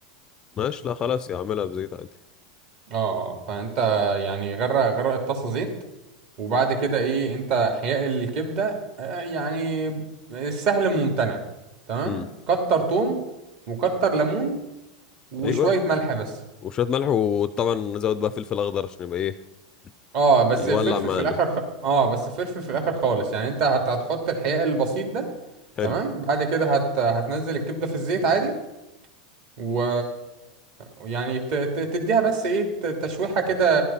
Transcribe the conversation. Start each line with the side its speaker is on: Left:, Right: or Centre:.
Left: ماشي لا خلاص يا اعملها بزيت عادي
Right: اه فانت يعني غرق غرق الطاسه زيت وبعد كده ايه انت حياء الكبده آه، يعني السهل الممتنع تمام
Left: امم
Right: كتر توم وكتر ليمون وشويه
Left: ايوه
Right: ملح بس
Left: وشوية ملح وطبعا نزود بقى فلفل اخضر عشان يبقى ايه
Right: اه بس
Left: يولع
Right: فلفل
Left: معانا
Right: في الاخر خ... اه بس فلفل في الاخر خالص يعني انت هت... هتحط الحياء البسيط ده
Left: حلو
Right: تمام بعد كده هت... هتنزل الكبده في الزيت عادي و يعني ت... ت... تديها بس ايه ت- تشويحه كده